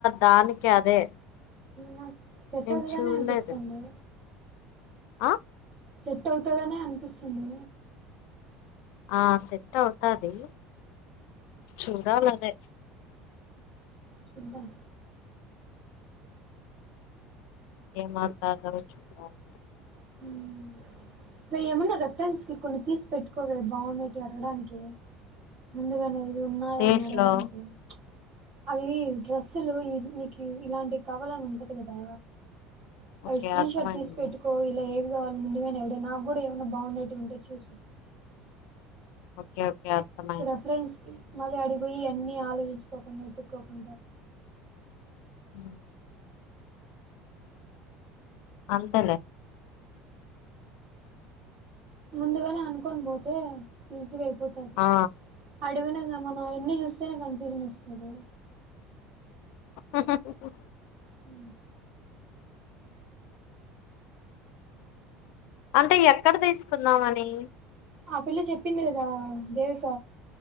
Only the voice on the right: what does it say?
నాకు సెట్
అవుతదనే
అనిపిస్తుంది
సెట్ అవుతదనే అనిపిస్తుంది
చూదాం
ఉమా వే ఏమన్నా రెఫరెన్స్ కి కొన్ని తీసి పెట్టుకోవే బావున్నేటివి అడగడానికి ముందుగనే ఇవి ఉన్నాయా
అని అడగడానికి అవి డ్రస్సులు ఈ నీకు ఇలాంటివి కావాలని ఉంటది కదా
అవి స్క్రీన్
షర్ట్ తీసి పెట్టుకో ఇలా ఏం ముందుగానే ఎడ నాక్ గూడా ఏమైన్నా బాగుండేట్వి ఉంటే చూసి
రెఫరెన్స్ కి మళ్ళీ అడిపోయి అన్ని ఆలోచించుకోకుండా ఎతుక్కోకుండా
ముందుగానే అనుకొని పోతే ఈజీగా అయిపోతుంది
అడిగీన మనం అయన్ని చూస్తేనే కన్ఫ్యూజన్ వస్తుంది
ఉ
ఆ పిల్ల చెప్పింది కదా దేవిక